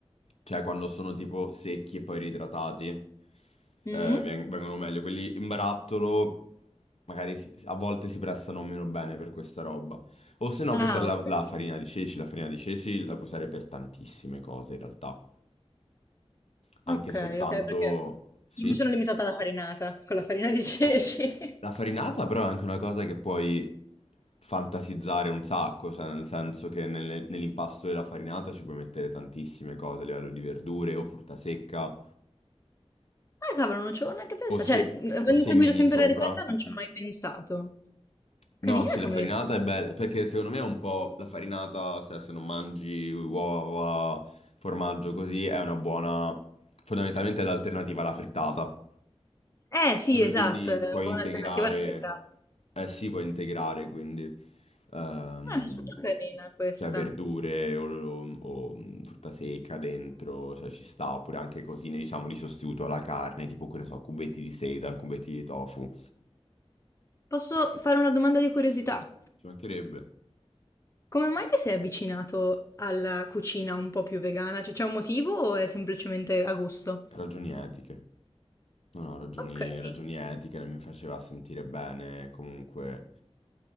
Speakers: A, on the left; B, on the left.
A: cioè quando sono tipo secchi e poi reidratati, eh,
B: Mh?
A: veng- vengono meglio. Quelli in barattolo magari si- a volte si prestano meno bene per questa roba. O se no
B: Ah,
A: puoi usare la,
B: okay.
A: la farina di ceci. La farina di ceci la puoi usare per tantissime cose in realtà. Anche
B: Okay,
A: soltanto...
B: okay, perché
A: Sì?
B: io mi sono limitata alla farinata, con la farina di ceci. <laughs>
A: La farinata però è anche una cosa che puoi fantasizzare un sacco, cioè nel senso che nelle- nell'impasto della farinata ci puoi mettere tantissime cose a livello di verdure o frutta secca
B: Ah cavolo, non ci avevo neanche pensa
A: o, se-
B: cioè, mhmm, avendo
A: o semini
B: seguito sempre
A: sopra.
B: la ricetta non ci ho mai pensato.
A: No,
B: Carina
A: sì,
B: come
A: la farinata
B: idea.
A: è bella, perché secondo me è un po' la farinata, se, se non mangi uova, formaggio così, è una buona, fondamentalmente è l'alternativa alla frittata.
B: Eh sì,
A: Dove
B: esatto,
A: quindi
B: è
A: puoi
B: un po'
A: integrare,
B: un'alternativa alla feta.
A: eh sì, puoi integrare quindi, ehm,
B: Ah, molto carina questa.
A: cioè verdure o, o, mm, frutta secca dentro, cioè ci sta, oppure anche cosine, diciamo, di sostituto alla carne, tipo, che ne so, cubetti di seitan, cubetti di tofu.
B: Posso fare una domanda di curiosità?
A: Ci mancherebbe.
B: Come mai ti sei avvicinato alla cucina un po' più vegana? Cioè, c'è un motivo o è semplicemente a gusto?
A: Ragioni etiche. No, no, ragioni,
B: Okay,
A: ragioni etiche, non mi faceva sentire bene comunque